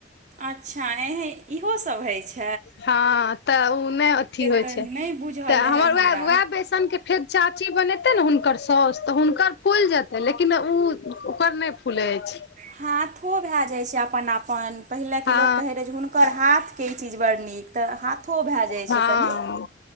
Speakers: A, on the right (about 40°); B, on the left (about 65°).
A: अच्छा एंहे इहोसब होइ छ।
B: हँ तऽ उ नै अथी होइ
A: तऽ
B: छै
A: नहि बुझल
B: तऽ
A: रहए
B: हमर
A: हमरा
B: वेएह - वेएह बेसी नूतन के फेर चाची बनेतै ने हुनकर साउस त हुनकर फुलि जेतै लेकिन उ ओकर नै फूलै अइछ।
A: हाथो भेए जाइ छै अपन - अपन। पहिले
B: हँ
A: के लोक कहै रहै जे हुनकर हाथ के ई चीज बड़ नीक त हाथो भेए जाइ
B: हँ
A: छै कनी।